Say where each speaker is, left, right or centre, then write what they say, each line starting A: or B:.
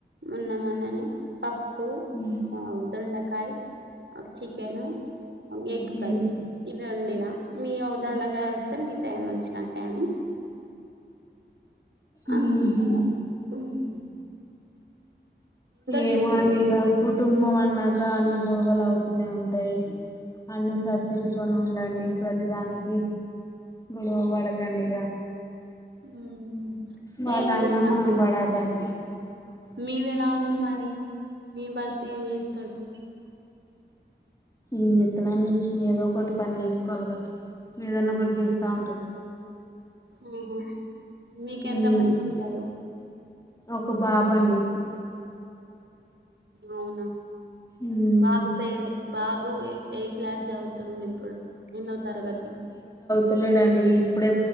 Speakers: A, on the right; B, on the left.
A: మొన్న మొన్ననే పప్పు
B: ఉమ్
A: ఆ దొండకాయ్ ఒక చికెన్ ఒక ఎగ్
B: ఉమ్
A: కర్రీ ఇవి వన్డినా మీ దొండకాయ వస్తే మీతోన్న వచ్చినట్టే అనీ అనుకున్న
B: ఉమ్
A: ఇగ మ్మ్
B: ఏమో
A: డిఫ
B: అండి ఇగ కుటుంబం అన్నాక అన్ని గొడవలు అవుతూనే ఉంటాయి అన్ని సరిదిద్దుకొని ఉండండి ప్రతిదానికి గోడవ పడకండిగా
A: ఉమ్
B: వాళ్ళు
A: ఏం చేద్దాంలేండి
B: అన్నా మనం పడాలండి
A: మీది ఎలా ఉంది మరి మీ భర్త ఏం చేస్తాడు
B: ఏం జెత్తడండీ ఏదో ఒకటి పని చేసుకోవాలిగా ఏదనా ఒకటి చేస్తా ఉంటారు
A: ఆహ మీకెంత
B: ఉమ్
A: మంది పిల్లలు
B: ఒక బాబు అండి
A: అవునా
B: ఉమ్
A: బాబు పేరు బాబు ఏ క్లాస్ చదువుతుండు ఇప్పుడు ఎన్నో తరగతి
B: వెళ్లడండి ఇప్పుడే